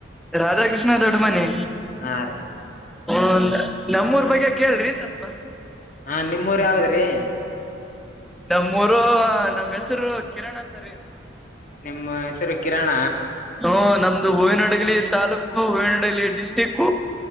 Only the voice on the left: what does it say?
ಹಾ ರೀ
ಹಾ ನಿಮ್ಮೂರ್ ಯಾವದ್ರಿ
ನಿಮ್ಮ ಹೆಸರು ಕಿರಣ